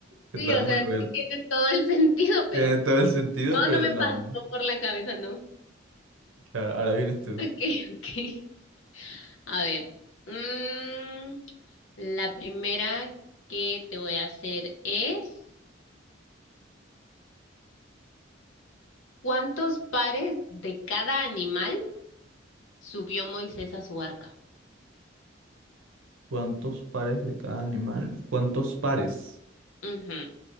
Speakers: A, on the right; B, on the left.
A: Está
B: Sí, o
A: muy
B: sea,
A: bueno.
B: sí tiene todo el <laughs> sentido, pero
A: Tiene todo el sentido,
B: no,
A: pero
B: no me
A: no.
B: pasó por la cabeza, no.
A: Claro, ahora vienes tú.
B: <laughs> Ok, ok. A ver. mm, la primera que te voy a hacer es, ¿cuántos pares de cada animal subió Moisés a su arca?
A: ¿Cuántos pares de cada animal? ¿Cuántos pares?
B: Ujú.